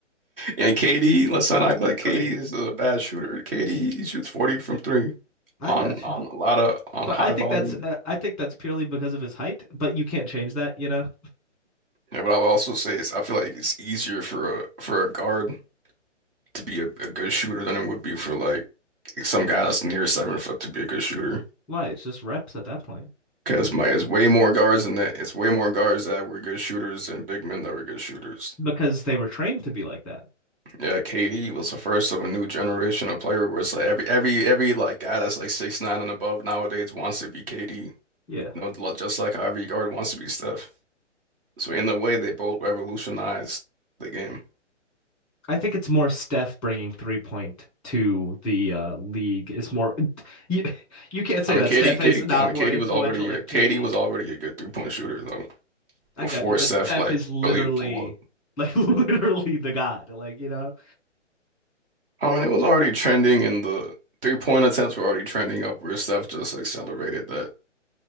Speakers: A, on the right (about 45°); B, in the centre.
A: and KD, let's not act
B: You
A: like
B: couldn't.
A: KD is a bad shooter. KD he shoots 40 from three
B: I
A: on
B: got
A: on
B: you.
A: a lot of on
B: But
A: high
B: I think
A: volume.
B: that's uh, I think that's purely because of his height, but you can't change that, you know.
A: Yeah, but I would also say it's, I feel like it's easier for a for a guard to be a, a good shooter than it would be for like some guy that's near seven foot to be a good shooter.
B: <laughs> Why? It's just reps at that point.
A: Because my it's way more guards than that. It's way more guards that were good shooters and big men that were good shooters.
B: because they were trained to be like that.
A: Yeah, KD was the first of a new generation of player where it's like every every every like guy that's like six nine and above nowadays wants to be KD.
B: Yeah.
A: You know, lo- just like how every guard wants to be Steph. So in a way, they both revolutionized the game.
B: I think it's more Steph bringing three point to the uh, league is more. <laughs> You you can't say
A: I mean,
B: that
A: Katie,
B: Steph
A: Katie,
B: is not
A: I mean,
B: more
A: Katie
B: influential
A: was already
B: than
A: a Katie
B: KD.
A: was already a good three point shooter though
B: I
A: before
B: got you, but
A: Steph
B: Steph
A: like
B: is literally
A: really blew up.
B: like <laughs> literally the god. Like you know,
A: I mean, it was already trending, and the three point attempts were already trending upwards. Steph just accelerated that.